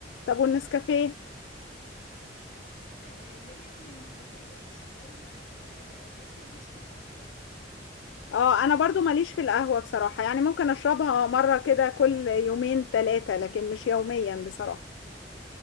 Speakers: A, on the left; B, on the left.
A: طب والنسكافيه
B: آه ليا في النسكافيه شوية آه بس ماليش في القهوة
A: اه انا برضو ماليش في القهوة بصراحة يعني ممكن اشربها مرة كده كل يومين ثلاثة لكن مش يوميا بصراحة